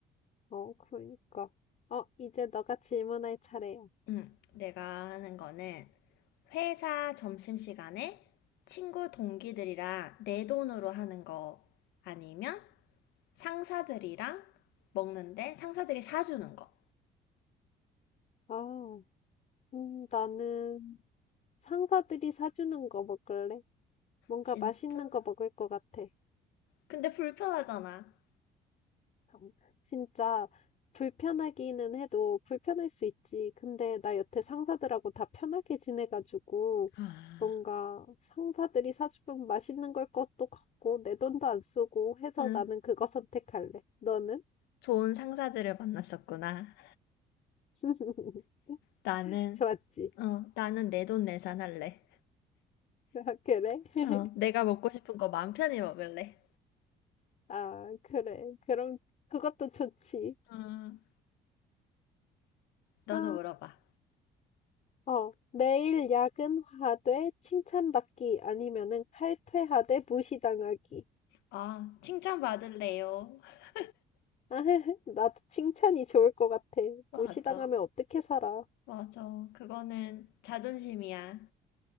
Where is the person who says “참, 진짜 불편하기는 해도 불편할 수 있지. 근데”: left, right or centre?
Left